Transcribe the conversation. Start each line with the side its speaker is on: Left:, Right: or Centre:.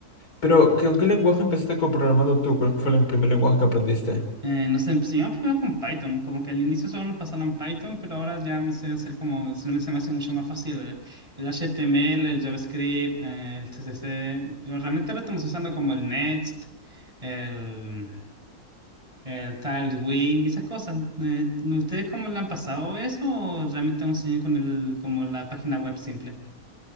Left: Pero, ¿qué- ¿con qué lenguaje empezaste coprogramando tú? ¿Cuál fue el primer lenguaje que aprendiste?
Right: Eh, nos enseñaron primero con Python, como que al inicio solo nos pasaron Python, pero ahora ya me sé hacer como, se me se me hace mucho más fácil eh, el HTML, el JavaScript, eh, el CSS, pero realmente ahora estamos usando como el Next, el, el Tailwind y esas cosas. Eh, ¿ustedes cómo le han pasado eso o realmente aún siguen con el, como la página web simple?